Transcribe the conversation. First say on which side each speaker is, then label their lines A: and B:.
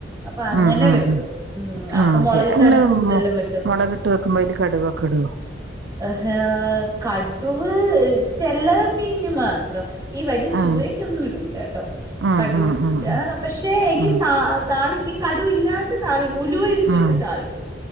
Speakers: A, on the right (about 20°); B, on the right (about 85°).
A: അപ്പൊ അങ്ങനെ
B: ആഹ് ആഹ്
A: വെക്കും ഉം അപ്പം
B: ആഹ്
A: മുളകിട്ടാണ്
B: ശരി നിങ്ങള്
A: കൂടുതലും വെക്കുന്നത്
B: മുളകിട്ട് വെക്കുമ്പോ അതില് കടുകൊക്കെ ഇടുവോ
A: ഹ് ഹെ കടുവ് ചെല മീന് മാത്രം ഈ വലിയ ചൂരക്കൊന്നും
B: ആഹ്
A: ഇടൂല കേട്ടോ
B: ആഹ്
A: കടുക്
B: ആഹ്
A: ഇടുല
B: ആഹ്
A: പക്ഷെ എങ്കിൽ
B: ആഹ്
A: താ താളി ക്ക്യും കടുവ് ഇല്ലാണ്ട് തളിയും ഉലുവ ഇട്ടിട്ട്
B: ആഹ്
A: താളിക്കും